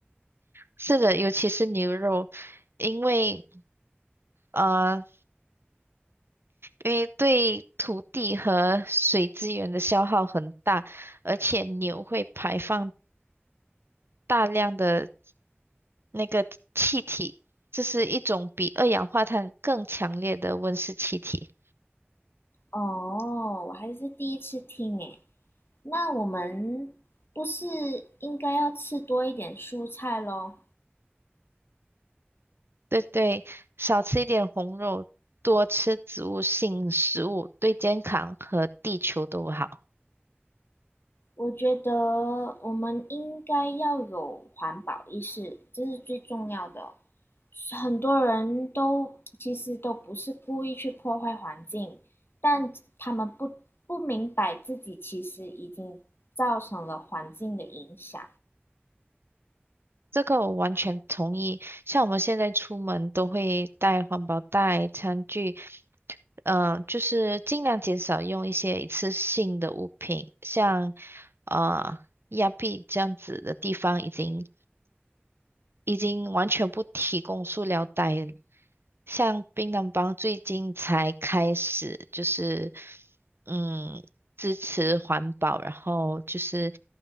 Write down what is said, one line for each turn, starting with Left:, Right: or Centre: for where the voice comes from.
Right: 是的，尤其是牛肉，因为。呃因为对土地和水资源的消耗很大，而且牛会排放大量的那个气体，这是一种比二氧化碳更强烈的温室气体。
Left: 哦，我还是第一次听诶。那我们不是应该要吃多一点蔬菜咯？
Right: 对对，少吃一点红肉，多吃植物性食物，对健康和地球都好。
Left: 我觉得我们应该要有环保意识，这是最重要的。很多人都其实都不是故意去破坏环境，但他们不不明白自己其实已经造成了环境的影响。
Right: 这个我完全同意。像我们现在出门都会带环保袋、餐具。嗯、呃就是尽量减少用一些一次性的物品，像呃亚庇这样子的地方已经已经完全不提供塑料袋了，像槟榔帮最近才开始就是嗯支持环保，然后就是